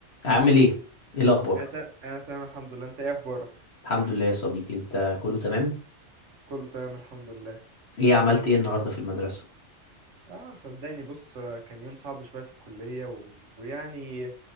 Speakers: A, on the left; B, on the right.
A: عامل ايه ايه الاخبار
B: انا تمام انا تمام الحمد لله انت ايه اخبارك
A: الحمد لله يا صديقي انت كله تمام
B: كله تمام الحمد لله
A: ايه عملت ايه النهارده في المدرسه
B: اه صدقني بص آه، كان يوم صعب شويه في الكليه و... ويعني